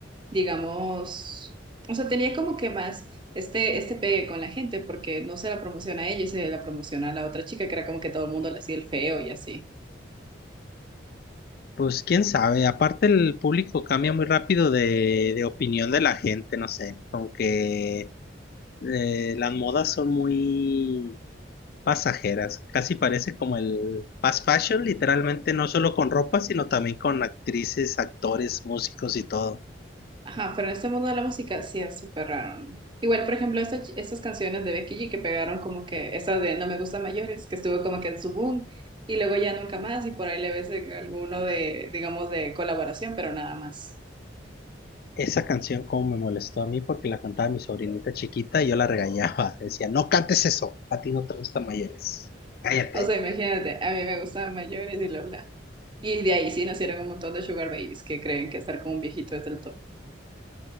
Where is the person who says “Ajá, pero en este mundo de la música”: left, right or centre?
Right